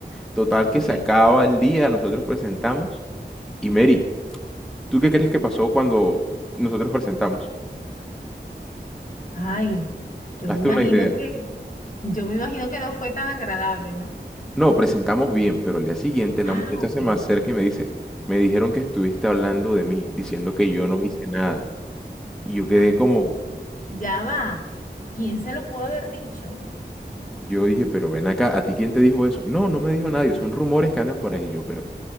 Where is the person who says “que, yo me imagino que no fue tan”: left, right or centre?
Left